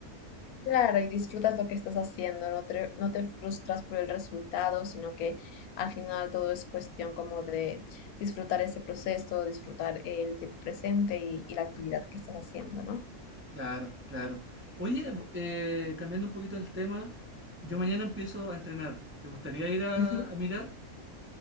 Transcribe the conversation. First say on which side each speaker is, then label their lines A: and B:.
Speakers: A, on the left (about 80°); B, on the right (about 20°).
A: Claro, y disfrutas lo que estás haciendo, no te, no te frustras por el resultado, sino que al final todo es cuestión como de disfrutar ese proceso, disfrutar el tiempo presente y, y la actividad que estás haciendo, ¿no?
B: Claro, claro. Oye, eh, cambiando un poquito el tema, yo mañana empiezo a entrenar. ¿Te gustaría ir a,
A: Ujú.
B: a mirar